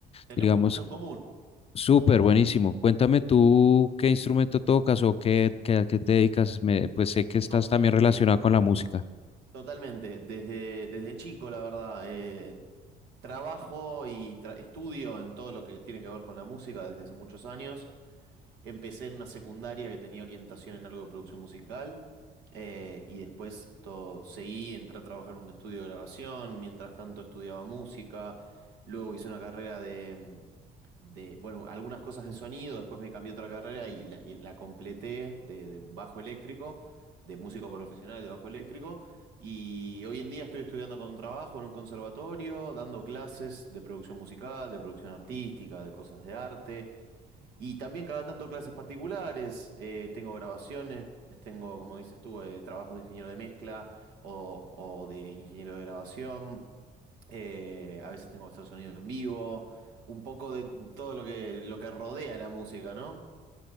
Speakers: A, on the right (about 80°); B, on the left (about 35°).
A: Tenemos
B: digamos,
A: mucho en común.
B: súper buenísimo. Cuéntame tú qué instrumento tocas o qué, qué, a qué te dedicas. Me- pues sé que estás
A: Yo,
B: también relacionado
A: sí.
B: con la música.
A: Totalmente, desde, desde chico, la verdad, eh, trabajo y tra- estudio en todo lo que tiene que ver con la música desde hace muchos años. Empecé en una secundaria que tenía orientación en algo de producción musical eh, y después todo, seguí, entré a trabajar en un estudio de grabación, mientras tanto estudiaba música, luego hice una carrera de, mm, de, bueno, algunas cosas de sonido, después me cambié a otra carrera y la, y la completé de, de bajo eléctrico, de músico profesional de bajo eléctrico y hoy en día estoy estudiando con trabajo en un conservatorio, dando clases de producción musical, de producción artística, de cosas de arte. Y también cada tanto clases particulares, eh, tengo grabaciones, tengo, como dices tú, eh, trabajos de ingeniero de mezcla o, o de ingeniero de grabación, eh, a veces tengo que hacer sonido en vivo, un poco de todo lo que, lo que rodea la música, ¿no?